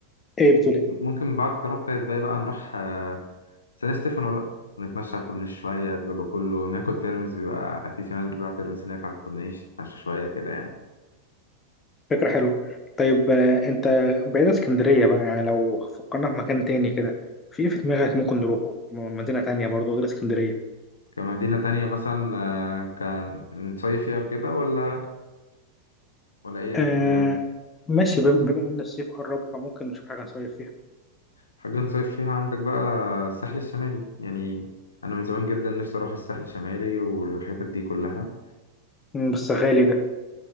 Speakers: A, on the left; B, on the left.
A: ايه بتقول ايه
B: ممكن بعد القلعة القايتباي بقى نروح آه، سان ستيفانو بقى ونتمشى على الكورنيش شوية بيبقى كله ناكل ترمس بيبقى أكيد في ناس بتبيع ترمس هناك على الكورنيش نتمشى شوية كده يعني
A: فكرة حلوة طيب آه انت بعيد عن اسكندرية بقى يعني لو فكرنا في مكان تاني كده في إيه في دماغك ممكن نروحه م- مدينة تانية برضو غير اسكندرية
B: كمدينة تانية مثلا آه، كان نصيف فيها وكده ولا ولا إيه
A: آه
B: الدنيا
A: ماشي بم- بما ان الصيف قرب فممكن نشوف حاجه نصيف فيها
B: حاجة نصيف فيها عندك بقى الساحل الشمالي يعني أنا من زمان جدا نفسي أروح الساحل الشمالي والحتت دي كلها
A: مم، بس غالي ده